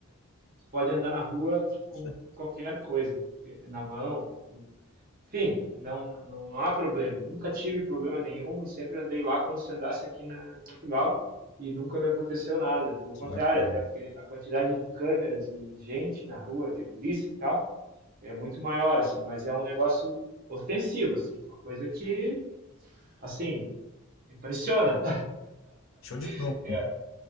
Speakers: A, on the right (about 40°); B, on the left (about 60°).
A: Tu pode andar na rua
B: <laughs>
A: com qualquer coisa, na mão, com- enfim, não, não há problema. Nunca tive problema nenhum e sempre andei lá como se andasse aqui na, em Portugal e nunca me aconteceu nada. Pelo contrário,
B: Que bacana.
A: até porque a quantidade de câmeras e gente na rua, de polícia e tal, é muito maior, assim, mas é um negócio ofensivo, assim, uma coisa que, assim, impressiona.
B: Show de Truman.
A: <laughs>